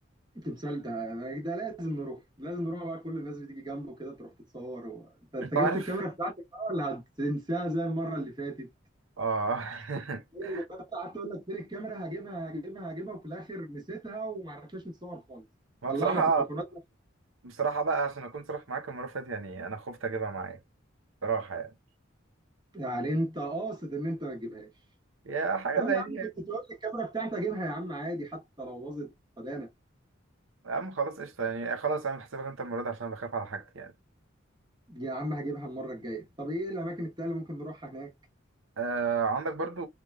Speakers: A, on the right; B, on the right.
A: التمثال ده ده لازم نروح لازم نروح بقى كل الناس بتيجي جنبه كده تروح تتصور و... انت أنت
B: أنت
A: جبت
B: عارف؟
A: الكاميرا بتاعتك بقى ولا هتنساها زي المره اللي فاتت
B: آه <laughs>
A: هي اللي بس قعدت اقول لك فين الكاميرا هجيبها هجيبها هجيبها وفي الاخر نسيتها وما عرفناش نتصور خالص
B: ما
A: طلعنا
B: بصراحة
A: تليفوناتنا
B: بصراحة بقى عشان أكون صريح معاك المرة اللي فاتت يعني أنا خفت أجيبها معايا بصراحة يعني
A: يعني انت قاصد ان انت ما تجيبهاش
B: يا حاجة
A: طب يا
B: زي
A: عم
B: دي يعني.
A: كنت تقول لي الكاميرا بتاعتي هجيبها يا عم عادي حتى لو باظت فدانا
B: يا عم خلاص قشطة يعني خلاص أعمل حسابك أنت المرة دي عشان بخاف على حاجتي يعني
A: يا عم هجيبها المره الجايه طب ايه الاماكن التانيه اللي ممكن نروحها هناك
B: آه عندك برضو